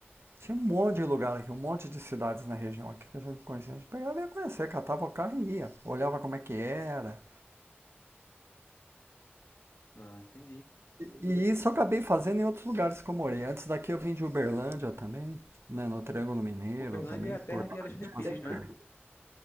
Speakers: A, on the right (about 80°); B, on the left (about 70°).
A: Tinha um monte de lugar aqui, um monte de cidades na região aqui que a gente conhecia. A gente pegava e ia conhecer, catava o carro e ia. Olhava como é que era.
B: Ah, entendi.
A: E, e isso eu acabei fazendo em outros lugares que eu morei. Antes daqui eu vim de Uberlândia também, né? No Triângulo Mineiro
B: Uberlândia
A: também,
B: é a
A: por
B: terra
A: lá.
B: de Alexandre
A: a gente
B: Pires,
A: passa por
B: não é?
A: aí.